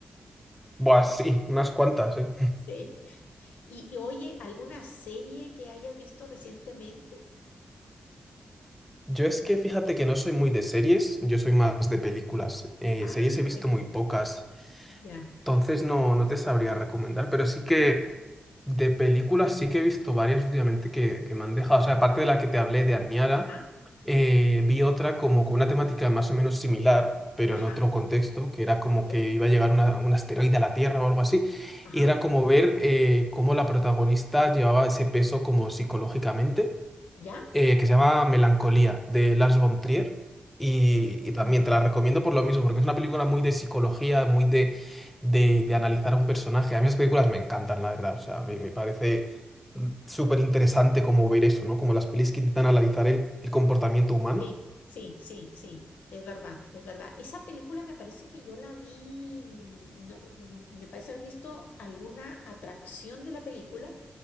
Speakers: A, in the centre; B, on the left (about 85°).
A: Buah,
B: Y,
A: sí, unas cuantas, sí.
B: sí, y, y oye, ¿alguna serie que hayas visto recientemente?
A: Yo es que fíjate que no soy muy de series, yo soy más de películas. Eh,
B: Ah,
A: series he visto
B: buenísimo.
A: muy pocas,
B: Ya.
A: entonces no, no te sabría recomendar, pero sí que de películas sí que he visto varias últimamente que, que me han dejado. O sea, aparte de la que te hablé de Aniara,
B: Ajá,
A: eh, vi otra como con una temática más o menos similar, pero
B: ajá,
A: en otro contexto, que era como
B: eh,
A: que iba a llegar una- un asteroide a la Tierra o algo así,
B: ajá,
A: y era como ver eh, cómo la protagonista llevaba ese peso como psicológicamente
B: ya.
A: eh, que se llama Melancolía, de Lars von Trier. Y, y también
B: Mm,
A: te la recomiendo por lo mismo, porque es una película muy de psicología, muy de, de, de analizar a un personaje. A mí las películas me encantan, la verdad. O sea, me, me parece mm, súper interesante como ver eso, ¿no? Como las pelis que intentan analizar el, el comportamiento humano.
B: Sí, sí, sí, sí, es verdad, es verdad. Esa película me parece que yo la vi, mm, no, mm, me parece haber visto alguna atracción de la película,